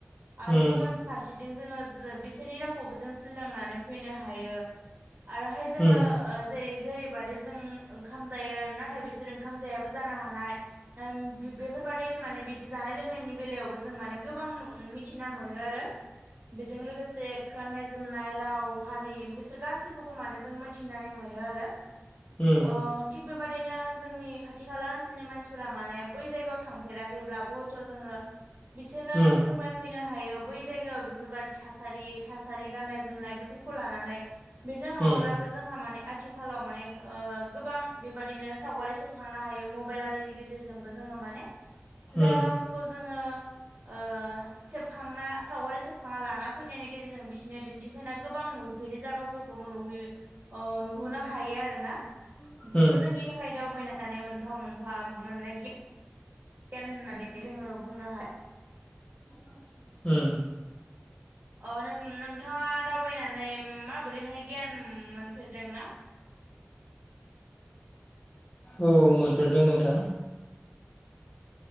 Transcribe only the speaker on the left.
उम
उम
उम
उम
उम
उम
उम
<inaudible>
औ मोनफेरदों नोंथां